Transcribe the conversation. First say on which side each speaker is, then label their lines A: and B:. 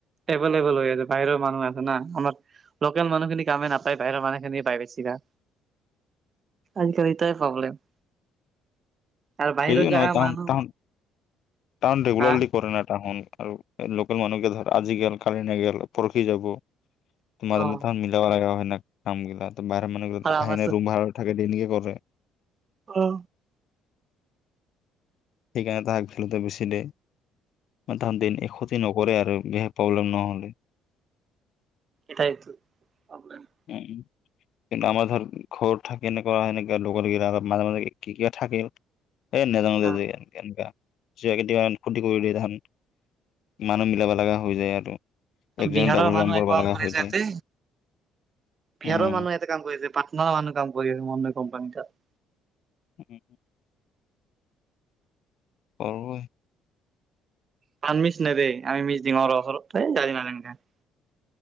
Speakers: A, on the right; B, on the left.
A: এভলেবল হৈ আছে বাহিৰৰ মানুহ আছে না লোকেল মানুহখিনি কাম নাপায় বাহিৰৰ মানুহ খিনি পায় বেছিকে আজিকালি এটাই প্ৰব্লেম আৰু বাহিৰৰ
B: সেইয়ে
A: জেগা
B: নহয় তাহন
A: মানুহ
B: তাহৱ তাহন ৰেগুলাৰলি
A: হা
B: কৰে না তাহন আৰু লোকেল মানুহকে ধৰ আজি গেল কালি নেগেল পৰহি যাব তোমাৰ
A: অ
B: মত মিলাবা লাগা হয় না কাম গিলা বাহিৰৰ মানুহবিলাক
A: আৰু আমাৰতো
B: আহি ৰুম ভাড়া কৰি থাকে ডেইলিকে কৰে ।
A: অ
B: সেইকাৰণে তাহাক খেলোতে বেছি দে । ম ধাম দিন এশ ন । কৰে আৰু বেয়া প্ৰব্লেম নহ'লে ।
A: এটা এইটো আপোনাৰ ।
B: উম, কিন্তু আমাৰ ধৰ ঘৰ থাকে এনেকুৱা সেনেকা লগোৱা লগি মাজে মাজে কি কি বি থাকিল এ নেজাও <unintelligible>
A: অ
B: এনেকুৱা চৰা কেতিয়াবা ক্ষতি কৰি দিয়ে ধান মানুহ মিলাবা লগা হৈ যায় আৰু। একজনে
A: বিহাৰৰ
B: ডাবুল
A: মানুহ
B: কৰিব
A: একো
B: লগা
A: কাম কৰিছে
B: হৈ যায়
A: ইয়াতে
B: উম,
A: বিহাৰৰ মানুহ ইয়াতে কাম কৰিছে পাটনাৰৰ মানুহ কাম কৰি আছে মো কোম্পানী তাত ।
B: উম । পাবৈ ।
A: পামিছ নে দেই আমি মিছ দিম ওচৰত য়ে <unintelligible>